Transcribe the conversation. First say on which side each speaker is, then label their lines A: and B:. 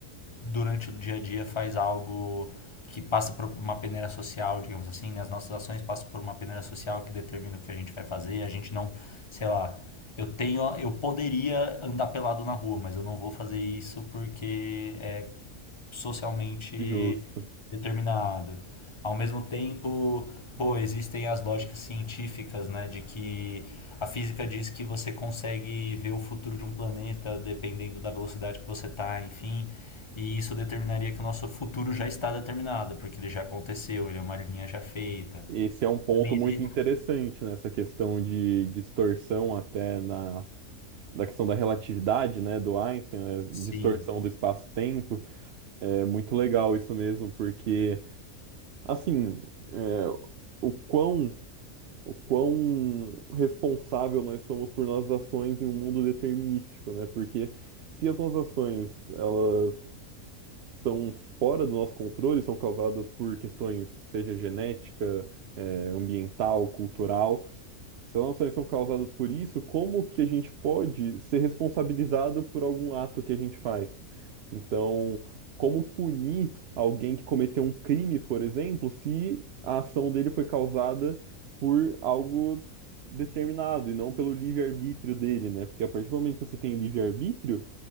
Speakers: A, on the left; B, on the right.
A: durante o dia a dia faz algo que passa por uma peneira social, digamos assim, né? as nossas ações passam por uma peneira social que determina o que a gente vai fazer, e a gente não, sei lá, eu tenho, eu poderia andar pelado na rua, mas eu não vou fazer isso porque é socialmente
B: Justo.
A: determinada. Ao mesmo tempo, pô, existem as lógicas científicas, né, de que a física diz que você consegue ver o futuro de um planeta dependendo da velocidade que você está, enfim, e isso determinaria que o nosso futuro já está determinado, porque ele já aconteceu, ele é uma linha já feita.
B: Esse é um ponto
A: Também
B: muito
A: existe,
B: interessante nessa questão de distorção até na, da questão da relatividade, né, do Einstein, né,
A: sim,
B: distorção do espaço-tempo. É muito legal isso mesmo, porque, assim, é, o quão, o quão responsável nós somos por nossas ações em um mundo determinístico, né? Porque se as nossas ações, elas são fora do nosso controle, são causadas por questões, seja genética, eh, ambiental, cultural. Se elas não são causadas por isso, como que a gente pode ser responsabilizado por algum ato que a gente faz? Então, como punir alguém que cometeu um crime, por exemplo, se a ação dele foi causada por algo determinado e não pelo livre-arbítrio dele, né? Porque a partir do momento que você tem livre-arbítrio,